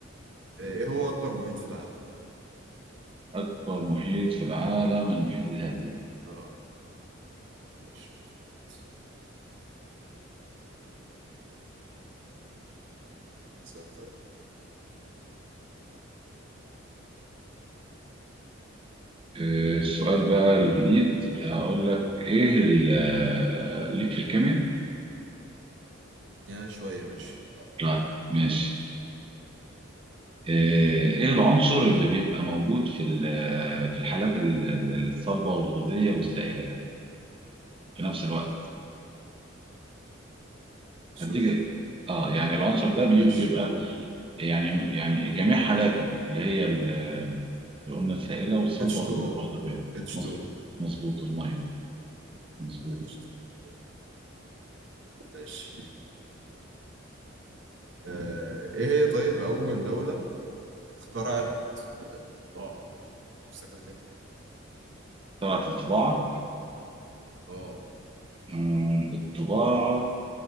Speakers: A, on the right; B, on the right.
A: إيه هو أكبر محيط في العالم؟
B: أكبر محيط في العالم المحيط الهادي
A: آه ماشي مظبوط سؤال طيب
B: آه، السؤال بقى الجديد هقول لك إيه ال- آه، ليك في الكيمياء؟
A: يا شوية ماشي
B: طيب ماشي آه، إيه العنصر اللي بيبقى موجود في ال- آه، في الحالات ال- ال- الصلبة والغازية والسائلة في نفس الوقت؟ هديك
A: سور
B: اه يعني العنصر ده بي-
A: ماشي
B: بيبقى
A: قول
B: يعني يعني جميع حالاته اللي هي ال- اللي قلنا السائلة والصلبة
A: H2O
B: وال- والغذائية
A: H2O
B: مظبوط مظبوط المية مظبوط
A: H2O ماشي آه إيه هي طيب أول دولة اخترعت الطباعة استخدمتها
B: طلعت الطباعة
A: آه
B: آه، الطباعة